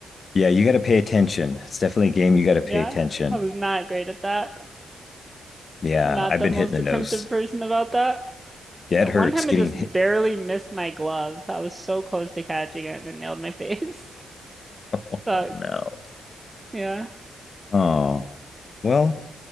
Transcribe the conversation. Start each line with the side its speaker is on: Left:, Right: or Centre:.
Left: yeah, you got to pay attention. It's definitely a game you got to pay
Right: Yeah,
Left: attention.
Right: I was not great at that.
Left: Yeah,
Right: Not
Left: I've
Right: the
Left: been
Right: most
Left: hitting the nose.
Right: attentive person about that.
Left: Yeah,
Right: Yeah,
Left: it
Right: one
Left: hurts
Right: time
Left: getting
Right: I just
Left: hit.
Right: barely missed my glove. I was so close to catching it and it nailed my face. <laughs>
Left: Oh
Right: Sucked.
Left: no.
Right: Yeah.
Left: Oh well,